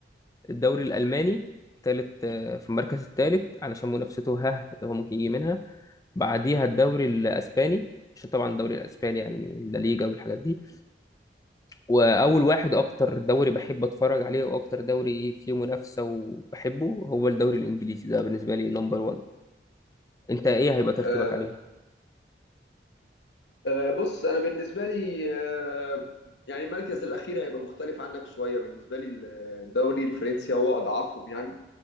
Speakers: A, on the left; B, on the left.
A: الدوري الالماني تالت آه، في المركز الثالث علشان منافسته ها اللي هو ممكن يجي منها بعديها الدوري الاسباني عشان طبعا الدوري الاسباني يعني لا ليجا والحاجات دي واول واحد اكتر دوري بحب اتفرج عليه واكتر دوري فيه منافسه وبحبه هو الدوري الانجليزي ده بالنسبه لي نمبر واحد. انت ايه هيبقى ترتيبك
B: آه،
A: عليهم
B: آه، بص انا بالنسبه لي آه، يعني المركز الاخير هيبقى مختلف عنك شويه بالنسبه لي الدوري الفرنسي هو اضعفهم يعني